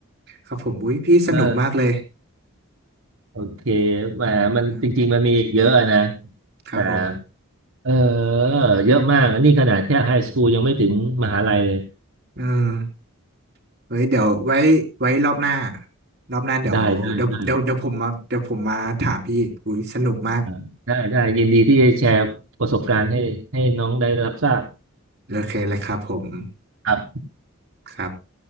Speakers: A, on the right; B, on the right.
A: ครับผมอุ้ยพี่สนุกมากเลย
B: เออโอเคแหมมันจริงๆมันมีอีกเยอะอะนะ
A: นะครับผม
B: แต่เออเยอะมากอันนี้ขนาดแค่ไฮสคูลยังไม่ถึงมหาลัยเลย
A: เออไว้เดี๋ยวไว้ไว้รอบหน้ารอบหน้าเดี๋ยวเดี๋ยวเดี๋ยวเดี๋ยวผมมาเดี๋ยวผมมาถามพี่อีกอุ้ยสนุกมาก
B: ได้ได้ได้ อ่าได้ได้ยินดีที่จะแชร์ประสบการณ์ให้ให้น้องได้รับทราบ
A: โอเคเลยครับผม
B: ครับ
A: ครับ